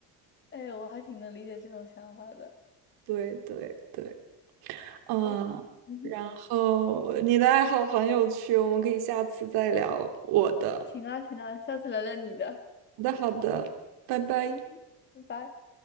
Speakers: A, on the left; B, on the right.
A: 哎，我还挺能理解这种想法的。
B: 对对对，嗯，
A: 哎，嗯哼，
B: 然后你的爱好很有趣，我们可以下次再聊我的。
A: 行啊，行啊，下次聊聊你的。
B: 好的好的，拜拜。
A: 嗯哼，拜拜。